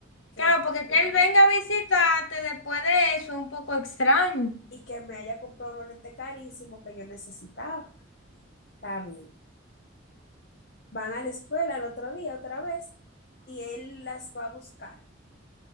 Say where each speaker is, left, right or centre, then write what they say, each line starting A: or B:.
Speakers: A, on the left (about 50°); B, on the left (about 80°).
A: que
B: Claro,
A: este
B: porque
A: tipo-
B: que él venga a visitarte después de eso es un poco extraño.
A: y que me haya comprado unos lentes carísimos que yo necesitaba. Está bien. Van a la escuela el otro día otra vez y él las va a buscar.